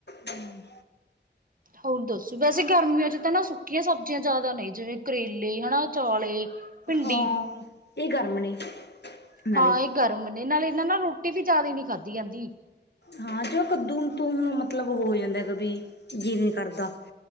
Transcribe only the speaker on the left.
ਹੂੰ,
ਹਾਂ ਇਹ ਗਰਮ ਨੇ ਨਾਲੇ,
ਹਾਂ ਜੋ ਕੱਦੂ ਤੋਂ ਹੁਣ ਮਤਲਬ ਹੋ ਜਾਂਦਾ ਕਦੀ ਜੀ ਨੀ ਕਰਦਾ।